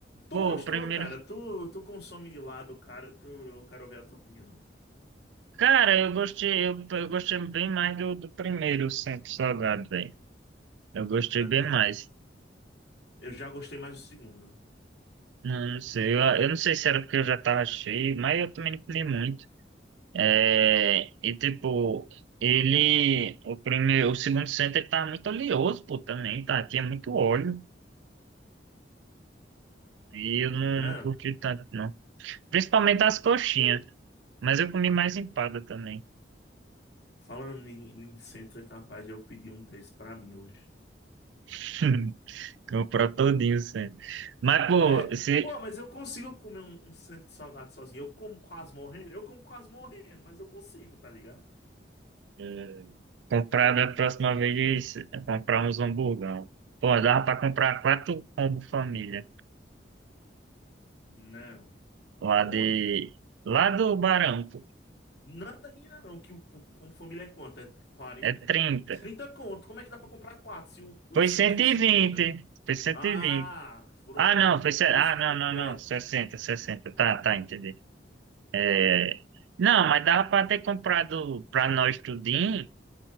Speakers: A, on the left; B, on the right.
A: Tu
B: pô,
A: gostou,
B: o primeiro.
A: cara? Tu, tu consome de lado, cara. Tu, eu quero ouvir a tua opinião.
B: Cara, eu gostei, eu, eu gostei bem mais do, do primeiro sempre salgado, velho. Eu gostei
A: Não,
B: bem
A: é,
B: mais.
A: eu já gostei mais do segundo.
B: Não, não sei, eu, eu não sei se era porque eu já tava cheio, mas eu também não comi muito. É, e tipo, ele, o primeiro, o segundo centro ele tava muito oleoso, pô, também, tá? Tinha muito óleo. E eu não,
A: Não.
B: não curti tanto, não. Principalmente as coxinhas.
A: Ih,
B: Mas eu comi mais empada também.
A: Falando em, em centro, é capaz de eu pedir um desse pra mim hoje.
B: <laughs> Comprar todinho sendo. Mas, pô,
A: É,
B: se
A: pô, mas eu consigo comer um, um centro salgado sozinho. Eu como quase morrendo. Eu como quase morrendo, mas eu consigo, tá ligado?
B: eh, comprar
A: Porra,
B: da próxima vez, eh, comprar uns hamburgão. Pô, dava pra comprar quatro combo família.
A: não.
B: Lá de.
A: Onde?
B: Lá do Barão, pô.
A: Nada mira não, que o, o como família é quanto? É quarenta
B: É trinta
A: 30 conto. Como é que dá pra comprar quatro se o, o
B: Foi
A: centro
B: cento
A: foi
B: e
A: cinquenta
B: vinte Foi cento
A: Ah,
B: e vinte
A: pronto.
B: Ah, não,
A: Então
B: foi. se-
A: o
B: Ah,
A: preço
B: não,
A: completo.
B: não, não. sessenta sessenta Tá, tá, entendi. É... Não, mas dava pra ter comprado pra nós tudinho.